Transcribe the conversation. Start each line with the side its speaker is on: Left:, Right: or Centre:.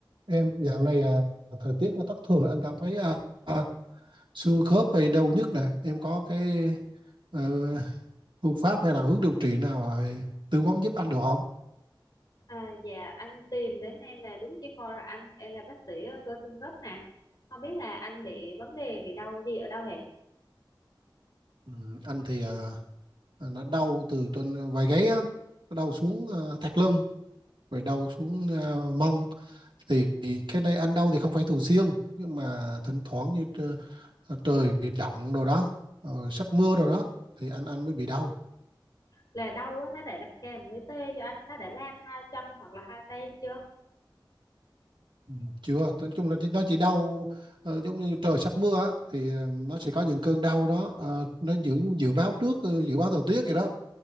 Right: em dạo này à, thời tiết nó thất thường là anh cảm thấy à, à, xương khớp hay đau nhức nè em có cái ờ, phương pháp hay là hướng điều trị nào à, tư vấn giúp anh được không
Left: À, dạ anh tìm đến em là đúng chuyên khoa rồi anh em là bác sĩ ờ, cơ xương khớp nè không biết là anh bị vấn đề bị đau gì ở đâu hệ
Right: ừ, anh thì à, nó đau từ trên vai gáy á nó đau xuống à, thắt lưng rồi đau xuống à, mông thì cái này anh đau thì không phải thường xuyên nhưng mà thỉnh thoảng như trời, trời động rồi đó ờ, sắp mưa rồi đó thì anh anh mới bị đau
Left: là đau á, nó đã là kèm với tê cho anh nó đã lan hai chân hoặc là hai tay chưa
Right: Ừ, chưa Tôi- nói chung là nó chỉ đau ờ, giống như trời sắp mưa á, thì ờ, nó sẽ có những cơn đau đó ờ, nó dự dự báo trước ờ, dự báo thời tiết vậy đó